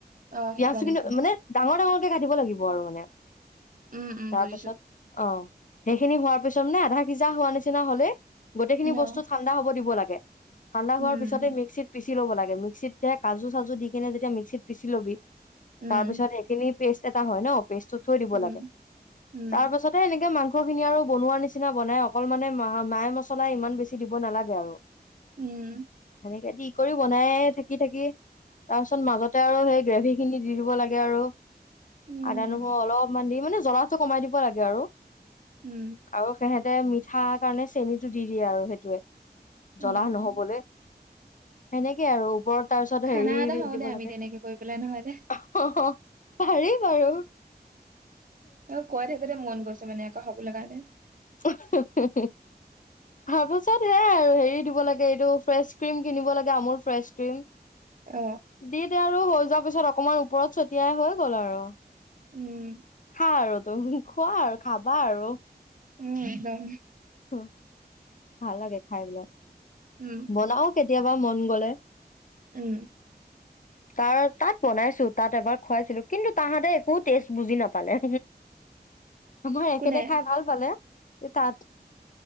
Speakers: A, on the right; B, on the left.
A: অ
B: পিয়াজ
A: সিজা নিচিনা
B: কিন্তু মানে ডাঙৰ ডাঙৰ কাটিব লাগিব আৰু মানে
A: উম উম
B: তাৰ
A: বুজিছো
B: পাছত অ সেইখিনি হোৱাৰ পিছত মানে আধা সিজা হোৱা নিচিনা হলে গোটেইখিনি
A: অ
B: বস্তু ঠাণ্ডা হব দিব লাগে। ঠাণ্ডা
A: উম
B: হোৱাৰ পিছতে মিক্সিত পচি লব লাগে মিক্সিততে কাজু চাজু দি কিনে যেতিয়া মিক্সিত পিচি ল'বি।
A: উম
B: তাৰ পিছত সেইখিনি পেষ্ট এটা হয় ন। প্ৰেছটো থই দিব
A: উম
B: লাগে
A: উম
B: তাৰ পাছতে এনেকে মাংস খিনি আৰু বনোৱাৰ নিচিনা বনাই অকল মানে ম মাই মছলা ইমান বেছি দিব নালাগে আৰু
A: উম।
B: এনেকে দি কৰি বনাই থাকি থাকি। তাৰ পিছত মাজতে আৰু সেই গ্ৰেভি খিনি দি দিব লাগে আৰু
A: উম
B: আদা নহৰু অলপমান দি। মানে জ্বলাটো কমাই দিব লাগে আৰু
A: উম
B: আৰু সিহ। তেতে মিঠা কাৰণে চেনটো দি দিয়ে আৰু সেইটোৱে
A: উম
B: জ্বলা নহবলৈ। সেনেকে আৰু ওপৰত তাৰ পিছত
A: খানা
B: হেৰি।
A: এটা হওঁ
B: দিব
A: দে আমি
B: লাগে
A: তেনেকে কৰি পেলাই নহ'লে
B: অ পাৰি বাৰু
A: অ কৈ থাকোতে মন গৈছে মানে আকৌ খাবলৈ কাৰণে।
B: <unintelligible> তাৰ পাছত সেয়াই আৰু হেৰি দিব লাগে এইটো ফ্ৰেচ ক্ৰীম কিনিব লাগে আমল ফ্ৰেচ ক্ৰীম
A: অ
B: দি দে আৰু হৈ যোৱাৰ পিছত অকমান ওপৰত ছটিয়াই হৈ গ'ল আৰু
A: উম
B: খা আৰু তুমি খোৱা আৰু খাবা আৰু
A: উম একদম।
B: উ ভাল লাগে খাই পেলাই।
A: উম
B: বনাও কে কেতিয়াবা মন গ'লে
A: উম।
B: তাৰ তাত বনাইছো তাত এবাৰ খুৱাইছিলো কিন্তু তাহাঁতে একো টেষ্ট বুজি নাপ ালে মই একেতে
A: কোনে
B: খাই ভাল পালে তে তাত